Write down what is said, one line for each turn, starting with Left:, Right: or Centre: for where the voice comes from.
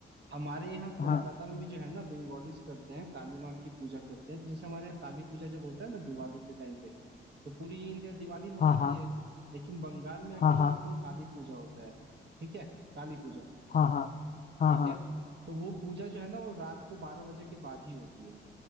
Right: हमारे यहाँ कोलकाता
Left: हाँ
Right: में भी जो है ना बंगालीज करते हैं काली माँ की पूजा करते हैं तो जैसे हमारे यहाँ काली पूजा जब होता है ना दिवाली के टाइम पे तो पूरी इंडिया दिवाली मनाती
Left: हाँ हाँ
Right: है लेकिन बंगाल में अकेला
Left: हाँ हाँ
Right: उस दिन काली पूजा होता है ठीक है काली पूजा
Left: हाँ हाँ हाँ
Right: ठीक
Left: हाँ
Right: है तो वो पूजा जो है ना वो रात को बारह बजे के बाद ही होती है